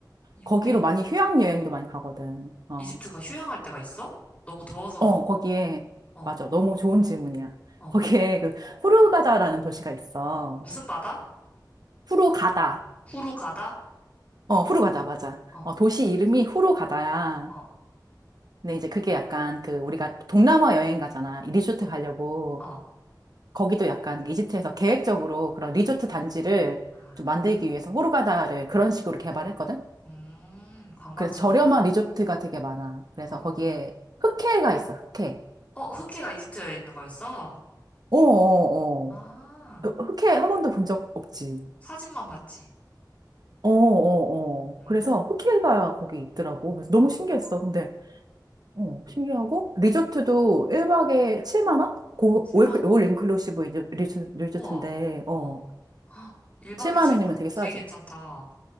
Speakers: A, on the left (about 20°); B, on the right (about 60°).
A: 2분의
B: 거기로
A: 1이면
B: 많이 휴양여행도 많이 가거든. 어,
A: 이집트가 휴양할 때가 있어? 너무 더워서,
B: 어, 거기에,
A: 어,
B: 맞아. 너무 좋은 질문이야. <laughs>
A: 어,
B: 거기에 그,
A: 어,
B: 후르가다라는 도시가 있어.
A: 무슨 바다?
B: 후르가다.
A: 후루가다?
B: 어, 후르가다, 맞아.
A: 어,
B: 어, 도시 이름이 후르가다야.
A: 어,
B: 근데 이제 그게 약간 그 우리가 동남아 여행 가잖아. 이 리조트
A: 어,
B: 가려고
A: 어.
B: 거기도 약간 이집트에서 계획적으로 그런 리조트 단지를
A: 아,
B: 좀 만들기 위해서 호르가다를 그런 식으로 개발했거든.
A: 음, 관광지구나.
B: 그래서 저렴한 리조트가 되게 많아. 그래서
A: 아,
B: 거기에 흑해가 있어. 흑해.
A: 어, 흑해가 이집트에 있는 거였어?
B: 어어어.
A: 아,
B: 흑해 한 번도 본 적 없지.
A: 사진만 봤지.
B: 어어어.
A: 응.
B: 그래서 흑해가 거기 있더라고. 그래서
A: 아,
B: 너무 신기했어. 근데 어, 신기하고 리조트도 1박에 7만 원? 고급
A: 7만
B: 올,
A: 원.
B: 올 인클루시브 리조- 리조- 리조트인데
A: 우와. 어.
B: 어,
A: 헉, 1박에
B: 7만
A: 7만
B: 원이면
A: 원
B: 되게 싸지.
A: 되게 괜찮다.